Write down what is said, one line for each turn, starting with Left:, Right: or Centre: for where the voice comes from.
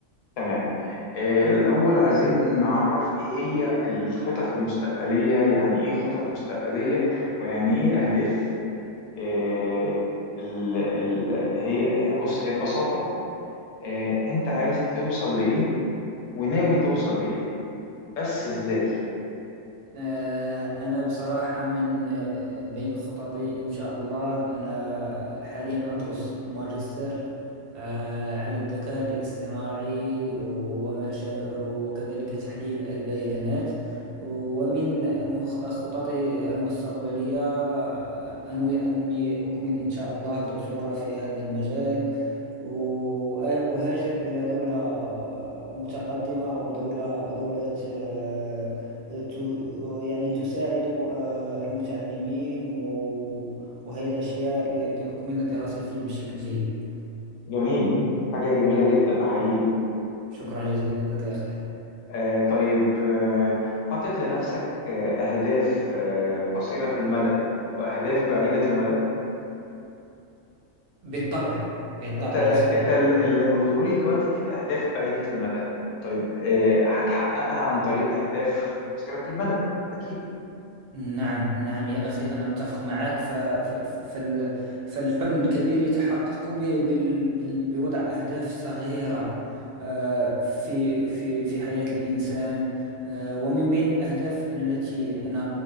Left: تمام. آه، الأول عايزين نعرف إيه هي الخطط المستقبلية، يعني إيه خطط مستقبلية ويعني إيه أهداف؟ آه، ال ال هي هي بص هي ببساطة آه، أنت عايز توصل لإيه وناوي توصل لإيه؟ بس إزاي؟
Right: آه، أنا بصراحة من آه، بين خططي إن شاء الله أنا حاليا أدرس ماجستير آه، على الذكاء الاصطناعي وما شابه وكذلك تحليل البيانات ومن مخ- خططي المستقبلية آه، أنوي أني أكمل إن شاء الله دكتوراه في هذا المجال وأهاجر إلى دولة آه، متقدمة أو دولة دولة آه، ت- يعني تساعد آه، المتعلمين و- وهي الأشياء ل- لأكمل دراستي بشكل جيد
Left: جميل، حاجة جميلة جدا أحييك.
Right: شكرا جزيلا لك يا أخي
Left: آه، طيب آه، حاطط لنفسك آه، أهداف آه، قصيرة المدى وأهداف بعيدة المدى
Right: بالطبع بالطبع
Left: أنت
Right: يا صديقي
Left: أنت ال- اللي قلته لي دلوقتي دي الأهداف بعيدة المدى طيب آه، هتحققها عن طريق أهداف قصيرة المدى أكيد
Right: نعم نعم يا أخي أنا متفق معك ف... ف... فال... فالحلم الكبير يتحقق ب... بال... بال... بوضع أهداف صغيرة آه، في في في حياة الإنسان آه، ومن بين الأهداف التي أنا